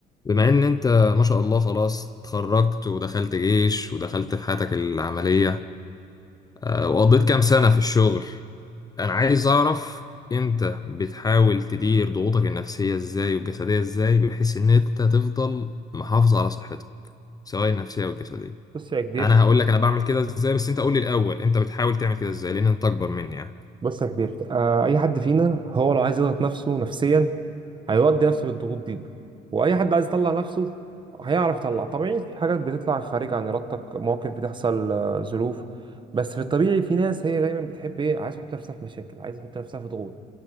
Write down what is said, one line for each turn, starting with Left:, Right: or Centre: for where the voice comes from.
Left: بما ان انت ما شاء الله خلاص اتخرجت ودخلت جيش ودخلت في حياتك العملية آه، وقضيت كام سنة في الشغل انا عايز اعرف انت بتحاول تدير ضغوطك النفسية ازاي والجسدية ازاي بحيث ان انت تفضل محافظ على صحتك سواء النفسية او الجسدية
Right: بص يا كبير
Left: انا هقول لك انا بعمل كده ازاي بس انت قول لي الاول انت بتحاول تعمل كده ازاي لان انت اكبر مني يعني
Right: بص يا كبير آه اي حد فينا هو لو عايز يضغط نفسه نفسيا هيودي نفسه للضغوط دي واي حد عايز يطلع نفسه هيعرف يطلع طبيعي في حاجات بتطلع خارج عن ارادتك مواقف بتحصل آه، ظروف بس في الطبيعي في ناس هي دايما بتحب ايه عايز تحط نفسها في مشاكل عايز تحط نفسها في ضغوط